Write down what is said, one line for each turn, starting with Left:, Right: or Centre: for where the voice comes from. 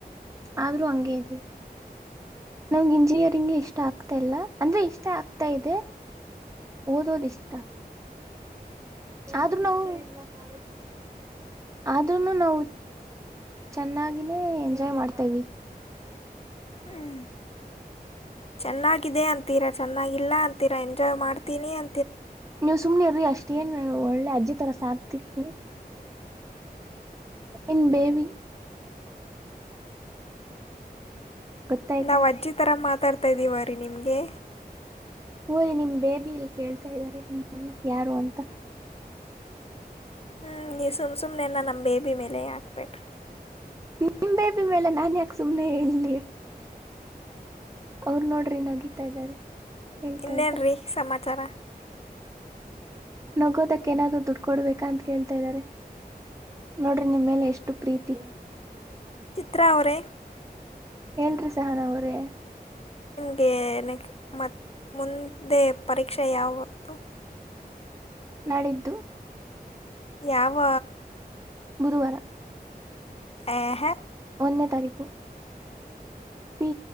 Right: ಆದರೂ ಹಂಗೇ ಇದ್ದೀವಿ ನಮಗೆ ಇಂಜಿನಿಯರಿಂಗ್ ಇಷ್ಟ ಆಗ್ತಾ ಇಲ್ಲ ಅಂದ್ರೆ ಇಷ್ಟ ಆಗ್ತಾ ಇದೆ ಓದೋದ್ ಇಷ್ಟ ಆಗ್ತ ಆದ್ರೂ ನಾವು ಕಾಲೇಜ್ ಆದ್ೂನು ನಾವು ಚೆನ್ನಾಗಿಿನೇ ಎಂಜಾಯ್ ಮಾಡ್ತೇವಿ
Left: ಹ್ಮ್ ಚೆನ್ನಾಗಿದೆ ಅಂತೀರಾ ಚೆನ್ನಾಗಿಲ್ಲ ಅಂತೀರಾ ಎಂಜಾಯ್ ಮಾಡ್ತೀನಿ ಅ
Right: ನೀವ್ ಸುಮ್ನೆಿರ್ರಿ ಅಷ್ಟ ಏನ್ ಒಳ್ಳೆ ಅಜ್ಜಿ ತರ ಸಾಕ್ತಿಕ್ ಇನ್ ಬೇಬಿ ಗೊತ್ತಾಯ್ತಾ
Left: ನಾವು ಅಜ್ಜಿ ತಥರ ಮಾತಾಡ್ತಾ ಇದ್ದೀವ ರೀ ನಿಮ್ಗೆ
Right: ಊರಿ ನಿಮ ಬೇಬಿ ಇಲ್ಲಿ ಕೇಳ್ತಾ ಇದಾರೆ ನಿಮ್ಮನ್ನ ಯಾರು ಅಂತ
Left: ಹ್ಞೂ ಈ ಸುಮ್ ಸುಮ್ಮ್ನೆಲ್ಲ ನಮ್ಮ ಬೇಬಿ ಮೇಲೆ ಹಾಕ್ಬೇಟ್ರಿ
Right: ನಿ ಬೇಬಿ ಮೇಲೆ ನನ್ ಯಾಕೆ ಸುಮ್ನೆ ಹೇಳಲಿ ಅವರು ನೋಡ್ರಿ ನಗಿತಾ ಇದಾರೆ ಹೇಳ್ತಾ
Left: ಇನ್ನೇನು
Right: ಇದ್ರೆ
Left: ರೀ ಸಮಾಚಾರ
Right: ನಗೋದಕ್ ಏನಾದ್ರು ದುಡ್ಡು ಕೊಡ್ಬೇಕ ಅಂತ ಕೇಳ್ತಾ ಇದ್ದಾರೆ ನೋಡ್ರಿ ನಿಮ್ಮೇಲೆ ಎಷ್ಟು ಪ್ರೀತಿ
Left: ತಾವ್ರ
Right: ಹೇಳ್ರಿ ಸಹನ ಅವ್ರೇ
Left: ಗೆ ನೆಕ್ ಮತ್ ಮುಂದೆ ಪರೀಕ್ಷೆ ಯಾವತ್ತು.
Right: ನಾಳಿದ್ದು
Left: ಯಾವ
Right: ಗುರುವಾರ
Left: ಹ್ಯಾ ಹ
Right: ಒಂದನೇ ತಾರೀಕು ಸಿ